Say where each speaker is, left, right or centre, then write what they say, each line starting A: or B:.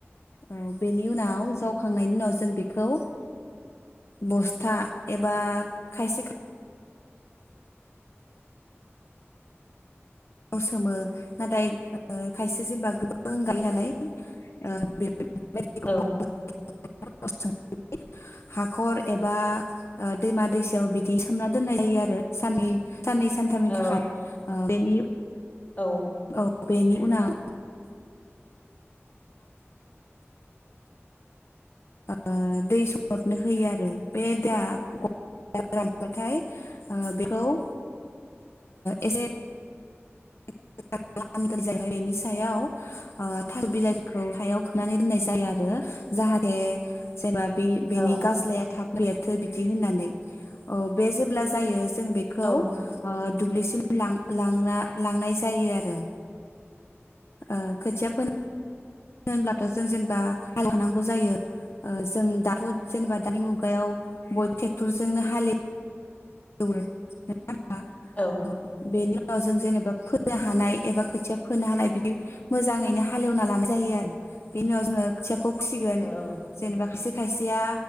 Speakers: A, on the left; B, on the left.
A: औ बेनि उनाव जाव खांनायनि उनाव जों बेखौ बस्था एबा खायसे सोमो नाथाय खायसे जेनबा गोबां गायो नालाय <unintelligible>
B: औ
A: हाखर एबा दैमा दैसायाव बिदि सोमना दोननाय जायो आरो साननि साननै सानथामनि
B: औ
A: थाखाय बेनि
B: औ
A: औ बेनि उनाव ओ दै सरथनो होयो आरो बे दा ग थाय ओ बेखौ ओ एसे <unintelligible> बेनि सायाव ओ थार बिलाइफोरखौ हायाव खोबनानै दोननाय जायो आरो जाहाथे जेनेबा बे बेनि
B: औ
A: गाज्लाया थाब बेथो बिदि होननानै अ बे जेब्ला जायो जों बेखौ
B: औ
A: ओ दुब्लिसिम लां लाना लांनाय जायो आरो। ओ खोथिया फो होनब्लाथ' जों जेनेबा हालोवखानांगौ ओ जायो जों दा थ' जेनेबा दानि मुगायाव बयबो टेक्टरजोंनो हाले हालेवो। <unintelligible>
B: औ
A: बेनि उनाव जों जेनेबा फो फोनो हानाय एबा खोथिया फोनो हानाय बिदि मोजाङैनो हालेएवना लानाय जायो आरो बेनि उनाव जोङो खोथियाखौ सिगोन
B: औ
A: जेनेबा खायसे खायसेया